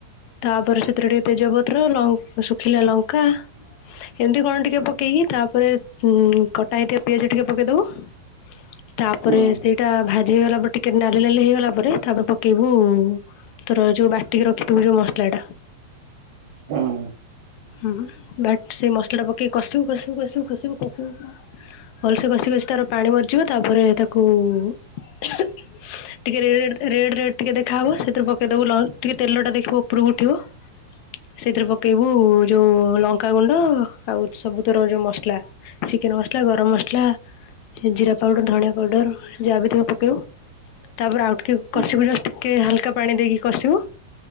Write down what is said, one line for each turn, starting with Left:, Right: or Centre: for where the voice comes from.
Left: ତାପରେ ସେଥିରେ ଟିକେ ତେଜପତ୍ର ଲ ଶୁଖିଲା ଲଙ୍କା ଏମିତି କଣ ଟିକେ ପକେଇକି ତାପରେ ଉ କଟା ହେଇଥିବା ପିଆଜ ଟିକେ ପକେଇଦବୁ ତାପରେ
Right: ହୁଁ
Left: ସେଇଟା ଭା ଇଗଲା ପରେ ଟିକେ ନାଲି ନାଲି ହେଇଗଲା ପରେ ତାପରେ ପକେଇବୁ ତୋର ଯୋଉ ବାଟିକି ରଖିଥିବୁ ଯୋଉ ମସଲା ଟା
Right: ହଁ
Left: ହୁଁ ବାଟ ସେଇ ମସଲା ଟା ପକେଇି କଷିବୁ କଷିବୁ କଷିବୁ କଷିବୁ କଷିବୁ ପୁରା ଭଲସେ ଘଷି ଘଷି ତାର ପାଣି ମରିଯିବ ତାପରେ ତାକୁ ଟିକେ ରେ ରେଡ ରେଡ ଟିକେ ଦେଖାହେବ ସେଥିରେ ପକେଇଦବୁ ଲନ୍ ଟିକେ ତେଲ ଟା ଦେଖିବ ଉପରକୁ ଉଠିବ ସେଇଥିରେ ପକେଇବୁ ଯୋଉ ଲଙ୍କାଗୁଣ୍ଡ ଆଉ ସବୁ ତର ଯୋଉ ମସଲା ଚିକେନ ମସଲା ଗରମ ମସଲା ଜିରା ପାଉଡର ଧଣିଆ ପାଉଡର ଯାହା ବି ଥିବ ପକେଇବୁ ତାପରେ ଆଉ ଟିକେ
Right: ହୁଁ
Left: କଷିବୁ ଜଷ୍ଟ ଟିକେ ହାଲକା ପାଣି ଦେଇକି କଷିବୁ